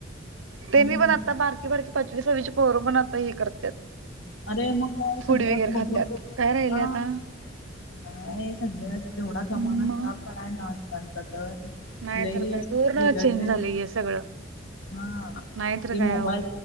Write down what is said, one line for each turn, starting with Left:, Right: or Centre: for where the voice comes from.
Right: त्यांनी
Left: हम्म
Right: पण आता बारकी बारकी पाचवी साहावीचे पोरं पण आता हे करत्यात.
Left: अरे मग काय
Right: फूड
Left: सगळ्यात
Right: वगैरे
Left: बघून
Right: खात्यात
Left: बघून होतय
Right: काय राहिले
Left: ना.
Right: आता
Left: अ सगळ्या तेवढा जमाना
Right: मग
Left: खराब झालायना आजकालचा तर.
Right: नाही
Left: लई
Right: तर काय
Left: अस
Right: पूर्ण
Left: बिघडलय
Right: चेंज झालंय
Left: सगळ.
Right: हे सगळं
Left: हा
Right: नाहीतर
Left: ते
Right: काय
Left: मोबाईल
Right: अहो